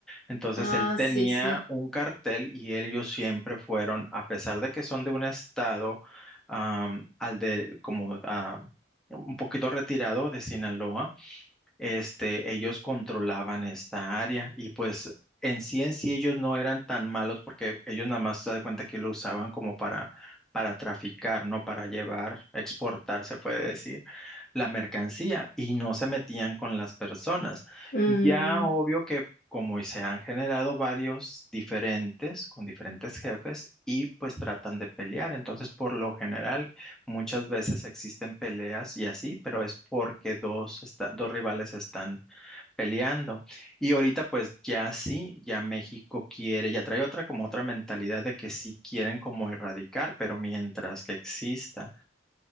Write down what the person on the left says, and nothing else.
Ah,
sí, sí.
Mm,